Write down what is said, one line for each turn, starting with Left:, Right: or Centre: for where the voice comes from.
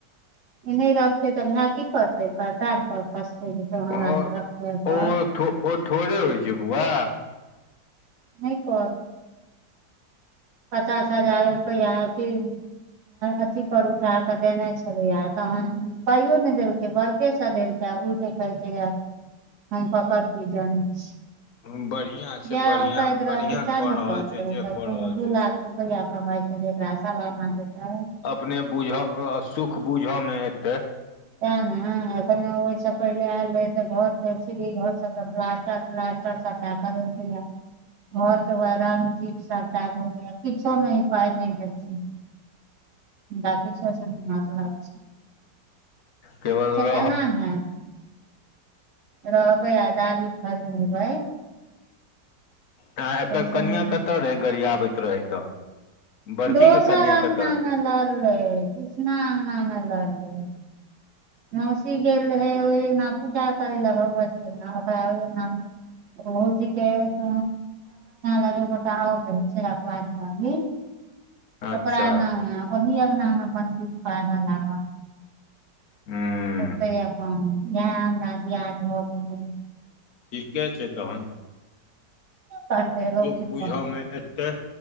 Right: ई नहि रखते तऽ भाय की करते बाद पर कष्टेतो हमरा
Left: ओ
Right: से रखबे कर
Left: ओ थो ओ थोड़े होइ छै बौआ
Right: नय कोन पचास हजार रुपैआ आ की अथी पर उठा के देने छले आ तहन पाइयो ने देलकै बरके सधेलकै तऽ उ तऽ कहै छै हम पकड़ जानैत छी
Left: बढ़िआँ छै
Right: जएह
Left: बढ़िआँ
Right: कैत
Left: बढ़िआँ
Right: रहतै सएह
Left: कऽ
Right: ने
Left: रहल
Right: करते
Left: छै जे
Right: तब
Left: कऽ
Right: कोनो
Left: रहल
Right: दू
Left: छै
Right: लाख रुपैआ कमाइ छै जे ओकरा सलाना देतै
Left: अपने बुझ सुख बुझऽ मे एते
Right: तैं ने ए ओैसा पहिले आयल रहे ते घर के सीढ़ी घर सब प्लास्टर तलास्टर सबटा करेलकैये घर के बौआ रंग तीट सबटा भेले ये किछो मे ई पाय नहि देथिन। गाछी छै तस
Left: केवल रह
Right: केना हयत रहबै आ दाली फरमेबै
Left: आँ एकर
Right: तैसे
Left: कनिआँ
Right: हेतै
Left: कतय रहै गाड़ी आबैत रहय तऽ बड़की
Right: दोसर
Left: के कनिया
Right: अंगनामे
Left: कतऽ
Right: लरलै कृष्ना अंगनामे ल रहललै मौसी गेल रहे ओहि न पूजा करै ल भगवतीे न ओकरा ओहि न रहुजी केख लग गोटा आओर रहै छै राखवाली वाली
Left: अच्छा
Right: ओकरा ओहि अंगना पडत तानऽ लागल
Left: हूँ
Right: ओते अपन इएह हमरा दियाद भऽ गेलै
Left: ठीके छै तहन
Right: करतै लोक
Left: सुख
Right: की
Left: बुझयमे
Right: कर
Left: एतै